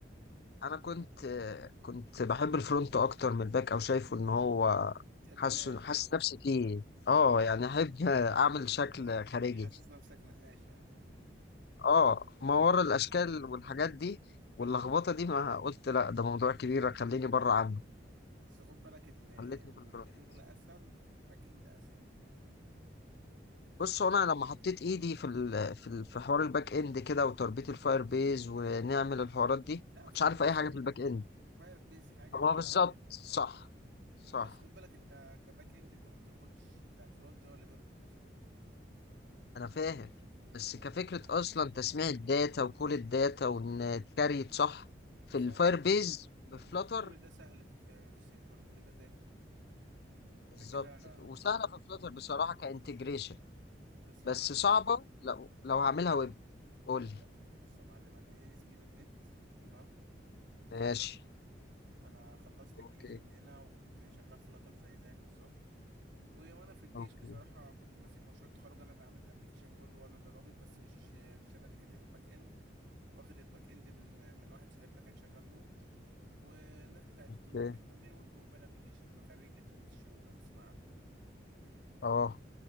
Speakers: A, on the left; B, on the right.
A: انا كنت آه، كنت بحب الفرونت اكتر من الباك او شايفه ان هو
B: تحب
A: حاسس
B: النقاش
A: حاسس نفسي فيه اه يعني احب آه، اعمل شكل خارجي
B: حاسس نفسك نقاش يعني
A: اه ما ورا الاشكال والحاجات دي واللخبطه دي ما قلت لا ده موضوع كبير خليني بره عنه
B: بس خد بالك ال- يعني
A: خلتني في الفرونت
B: الشغل اسهل في الباك اند اسهل
A: بص هو انا لما حطيت ايدي في ال في ال في حوار الباك اند كده وتربيط الفاير بيز ونعمل الحوارات دي
B: لا فاير
A: مش عارف
B: بيس
A: اي حاجه
B: حاجه
A: في الباك اند
B: فاير بيس حاجه
A: طب هو
B: وال...
A: بالظبط صح صح
B: بس خد بالك انت كباك اند انت ما بتربطش بتاع الفرونت هو اللي بيربط
A: انا فاهم بس كفكره اصلا تسميع الداتا وكل الداتا وان اتكريت صح في الفاير
B: سهل
A: بيز بفلتر
B: كل ده سهل في في سيكوال كل ده تافه انت
A: بالظبط
B: كده
A: وسهله
B: بص
A: في فلتر بصراحه كانتجريشن
B: بص
A: بس
B: يا معلم
A: صعبة لو لو هعملها ويب قول
B: بص
A: لي
B: بص يا معلم انا ايه اس بي دوت نت تمام سي
A: ماشي
B: شارب انا خلصت
A: اوكي
B: الجيش من هنا وكنت شغال في لاتر زي زيك بالظبط و- وانا في الجيش
A: اوكي
B: بصراحه كنت ماسك مشروع التخرج انا اللي عامل الابليكيشن كله وانا اللي رابط بس مش مش انا اللي كاتب الباك اند واخد الباك اند من من واحد صاحبنا كان شغال نود والناس بتاعت
A: اوكي
B: ويب احنا عاملين ويب وموبايل ابليكيشن انا خريج اكاديميه الشروق لو تسمع عنها
A: اه